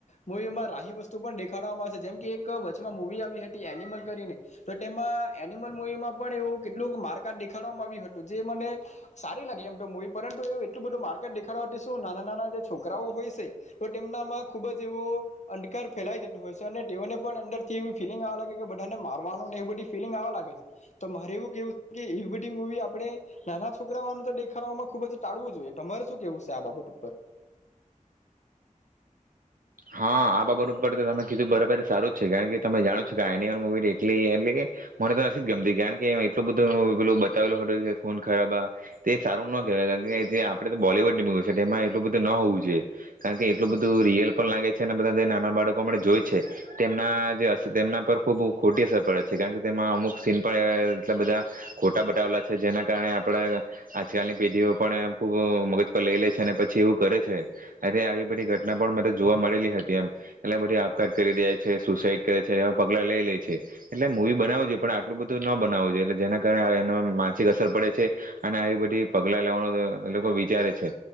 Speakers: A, on the left; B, on the right.
A: મૂવીમાં રાહી વસ્તુ પણ દેખાડવામાં આવ છે. જેમ કે એક વચમાં મૂવી આવી હતી એનિમલ કરીને. તો તેમાં એનિમલ મૂવીમાં પણ એવું કેટલુંક મારકાટ દેખાડવામાં આવ્યું હતું જે મને સારી લાગી એમ તો મૂવી. પરંતુ એવું એટલું બધું મારકાટ દેખાડવાથી શું નાના-નાના જે છોકરાઓ હોય સે તો તેમનામાં ખુબ જ એવો અંધકાર ફેલાઈ જતો હોય સે. અને તેઓને પણ અંદર થી એ ફીલિંગ આવવા લાગે છે કે બધાને મારવાનુંને એ બધી ફીલિંગ આવવા લાગે. તો મારે એવું કેવું છે કે એવી બધી મૂવી આપણે નાના છોકરાઓને તો દેખામાં ખુબ જ ટાળવું જોઈએ તમારે શું કેવું છે આ બાબત ઉપર?
B: હા આ બાબત ઉપર તો તમે કીધું બરાબર સારું જ છે. કારણ કે તમે જાણો છો કે આ એનિમલ મૂવી એટલી એટલે કે મને તો નથી જ ગમતી કારણ કે એટલું બધું પેલું બતાવેલું હતું કે ખૂન ખરાબા. તે સારું ના કેવાય જે તે આપણે તો બોલીવુડની મૂવી છે. તેમાં એટલુ લોકોતે ન હોઉ. છે. કારણ કે એટલું બધું રીયલ પણ લાગે છે ને બધા દેનાર માં બાળકો માટે જોઈ છે. તેમના જે હશે તેમના પર. ખૂબ ખોટી અસર પડે છે. કારણ કે તેમાં અમુક સીન પણ એટલા બધા ખોટા બતાવેલા છે. જેના કારણે આપણે આજકાલની પેઢીઓ પણ ખૂબ મગજ પર લઈ લે છે અને પછી એવું કરે છે આ આવી બધી ઘટના પણ મ જોવા મળેલી હતી એમ એટલે બધી આપઘાત કરી દે છે. સુસાઈડ કરે છે. એવા પગલા લઈ લે છે એટલે મૂવી બનાવું જોઈએ પણ આટલું બધું ન બનાવું જોઈ એટલે જેના કારણે એનો માનસિક અસર પડે છે અને આવી બધી પગલા લેવાનો એ લોકો વિચારે છે